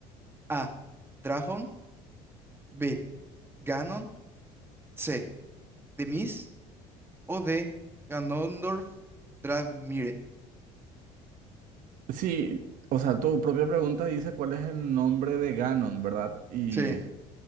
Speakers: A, on the right (about 15°); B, on the right (about 65°).
A: A. Drafon. B. Ganon. C. Demis. O D. Ganondorf Dramire.
B: Sí, o sea, tu propia pregunta dice cuál es el nombre de Ganon, ¿verdad? Y
A: Sí,